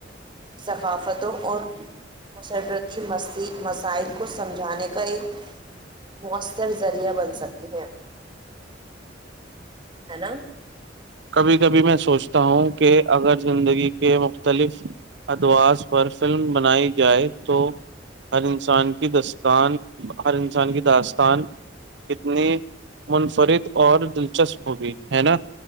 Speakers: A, on the right; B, on the right.
A: ثقافتوں اور مسرتی م مسائل کو سمجھانے کا ایک <unintelligible> مؤثر ذریعہ بن سکتی ہیں ہے نا
B: کبھی کبھی میں سوچتا ہوں کہ اگر زندگی کے مختلف ادوااز پر فلم بنائی جائے تو ہر انسان کی داستان ہر انسان کی داستان کتنی منفرد اور دلچسپ ہوگی ہے نا